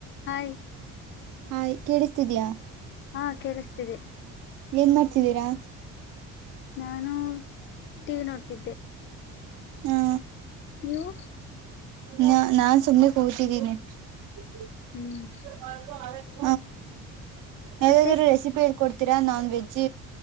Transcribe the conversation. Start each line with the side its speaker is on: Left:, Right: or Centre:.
Left: Hi
Right: ಹಾ್ ಕೇಳಿಸ್ತಿದಯಾ
Left: ಹಾ ಕೇಳಿಸ್ತಿದೆ
Right: ಏನ್ ಮಾಡ್ತಿದ್ದೀರಾ
Left: ನಾನು ಟಿವಿ ನೋಡ್ತಿದ್ದೆ
Right: ಹ್ಮ
Left: ನೀವು
Right: ನ ನಾನ್ ಸುಮ್ನೆ ಕೂತಿದ್ದೀನಿ <unintelligible>
Left: ಹ್ಮ್
Right: ಯಾವದಾದ್ರು
Left: ಮತ್ತೆ
Right: ರೆಸಿಪಿ ಹೇಳ್ಕೊಡ್ತೀರಾ ನಾನ್ ವೆಜ್